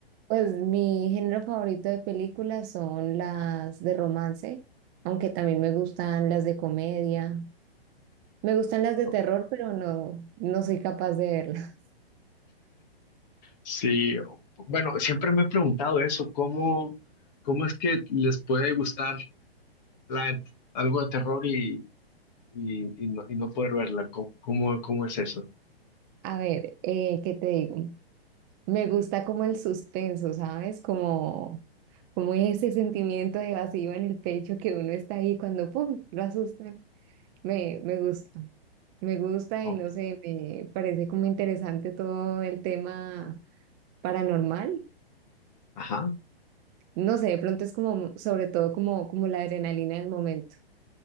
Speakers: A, on the right (about 20°); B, on the left (about 45°).
A: Pues mi género favorito de películas son las de romance, aunque también me gustan las de comedia. Me gustan las de
B: ¿No?
A: terror, pero no, no soy capaz de verlas.
B: Sí, o- bueno, siempre me he preguntado eso, ¿cómo, cómo es que les puede gustar la, algo de terror y, y no, y no poder verla. ¿Cómo, cómo, cómo es eso?
A: <laughs> A ver, eh, ¿qué te digo? Me gusta como el suspenso, ¿sabes? Como, como ese sentimiento de vacío en el pecho que uno está ahí cuando ¡pum! lo asustan. Me, me gusta. Me gusta
B: Oh,
A: y no sé, me parece como interesante todo el tema paranormal.
B: ajá.
A: No sé, de pronto es como, sobre todo como, como la adrenalina del momento.